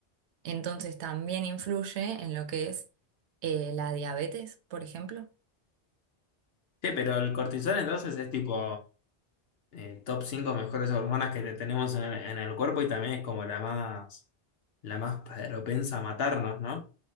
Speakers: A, on the right (about 80°); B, on the left (about 65°).
A: Entonces también influye en lo que es eh, la diabetes, por ejemplo.
B: Sí, pero el cortisol entonces es tipo eh, top 5 mejores hormonas que te- tenemos en, en el cuerpo y también es como la más, la más propensa a matarnos, ¿no?